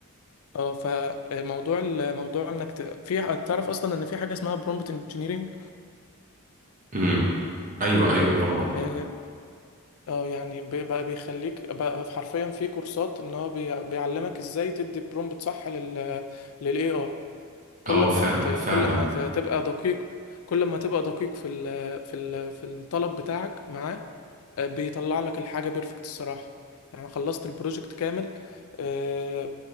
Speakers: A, on the left (about 70°); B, on the right (about 35°).
A: اه فموضوع ال- موضوع انك ت... في تعرف اصلا ان في حاجه اسمها برومبت انجينيرنج
B: امم ايوه ايوه طبعا
A: اه آه، يعني بي- بقى بيخليك بقى حرفيا في كورسات ان هو بي... بيعلمك ازاي تدي برومبت صح لل للاي اي كل
B: اه
A: ما
B: فع-
A: ت... كل
B: فعلا
A: ما ت... تبقى دقيق كل ما تبقى دقيق في ال... في ال... في الطلب بتاعك معاه آه، بيطلع لك الحاجة بيرفكت الصراحة يعني خلصت البروجكت كامل آه،